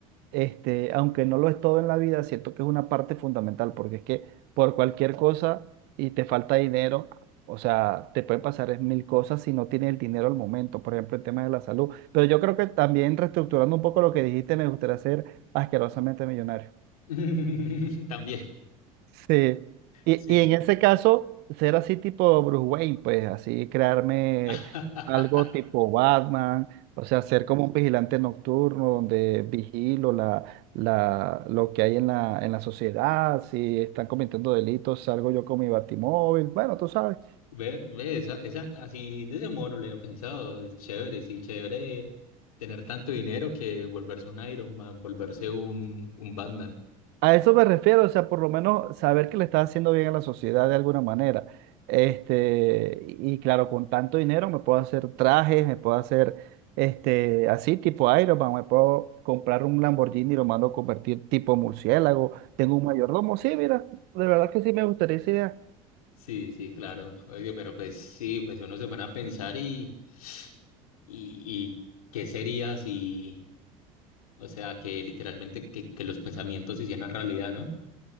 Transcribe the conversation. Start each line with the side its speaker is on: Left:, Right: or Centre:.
Right: este, aunque no lo es todo en la vida, siento que es una parte fundamental, porque es que por cualquier cosa y te falta dinero, o sea, te pueden pasar es mil cosas si no tienes el dinero al momento, por ejemplo, el tema de la salud. Pero yo creo que también reestructurando un poco lo que dijiste, me gustaría ser asquerosamente millonario.
Left: <laughs> También,
Right: Sí, y,
Left: sí.
Right: y en ese caso, ser así tipo Bruce Wayne, pues así crearme
Left: <laughs>
Right: algo tipo Batman, o sea, ser como un vigilante nocturno donde vigilo la, la, lo que hay en la, en la sociedad, si están cometiendo delitos, salgo yo con mi batimóvil, bueno, tú sabes.
Left: Ve, ve, esa, esa, así de ese modo no le he pensado, es chévere, sí, chévere tener tanto dinero que volverse un Iron Man, volverse un, un Batman.
Right: A eso me refiero, o sea, por lo menos saber que le estás haciendo bien a la sociedad de alguna manera. Este, y y claro, con tanto dinero me puedo hacer trajes, me puedo hacer este, así tipo Iron Man, me puedo comprar un Lamborghini y lo mando a convertir tipo murciélago, tengo un mayordomo, sí, mira, de verdad que sí me gustaría esa idea.
Left: Sí, sí, claro. Oye, pero pues sí, pues uno se pone a pensar y, y, y qué sería si, o sea, que literalmente que, que los pensamientos se hicieran realidad, ¿no?